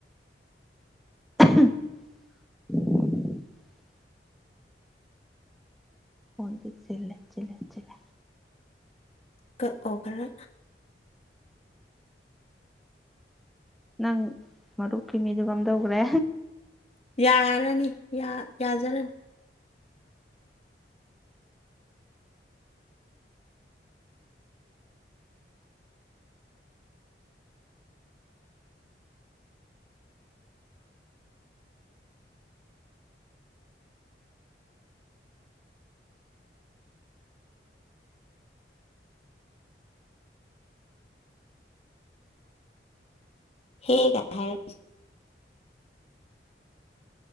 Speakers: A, in the centre; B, on the left (about 35°).
A: <unintelligible> ꯐꯣꯟ ꯁꯤꯁꯂ ꯁꯤꯂ ꯁꯤꯂ
B: ꯀ ꯑꯣꯒꯔ
A: ꯅꯪ ꯃꯔꯨꯞꯀꯤ ꯃꯤꯗꯨ ꯀꯝꯗꯧꯈ꯭ꯔꯦ
B: ꯌꯥꯔꯅꯤ ꯌꯥꯖꯔꯅꯤ ꯍꯦꯒ ꯍꯥꯏ